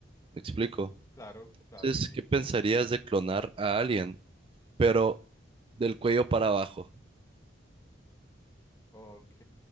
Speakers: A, on the right; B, on the left.
A: ¿Me explico?
B: Claro, claro,
A: Entonces,
B: sí.
A: ¿qué pensarías de clonar a alguien, pero del cuello para abajo?
B: Ok.